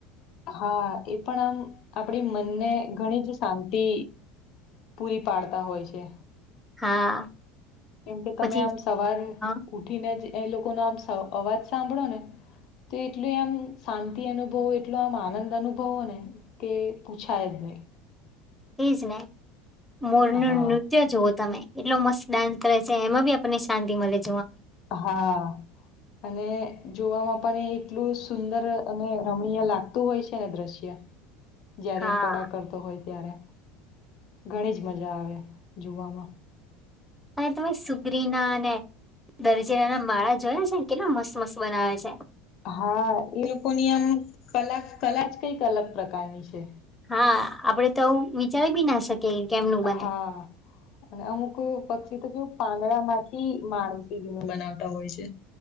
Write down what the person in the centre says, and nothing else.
હા
પછી
હા
એજ ને મોરનું,
નૃત્ય જુવઓ તમે એટલો મસ્ત ડાન્સ કરે છે, એમાં આપણને શાંતિ મળે છે.
હા
અને તમે સુગરીના, અનેને દરજીરા ના માળા જોયા છેને, કેટલો મસ્ત મસ્ત બનાવે છે.
હા, આપડે તોું વિચારી બી ના શકી, કેમનું બને